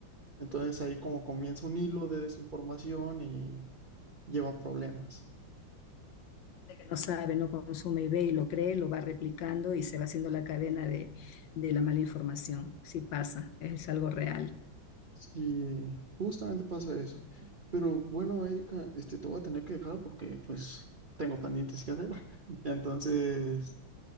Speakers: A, on the right; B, on the left.
A: Entonces ahí como comienza un hilo de desinformación y lleva a problemas.
B: No sabe. no consume y ve y lo cree, lo va replicando y se va haciendo la cadena de, de la mala información. Sí pasa, es algo real.
A: Y justamente pasa eso. Pero bueno, Erika, este, te voy a tener que dejar porque pues tengo pendientes que hacer. <laughs> Entonces,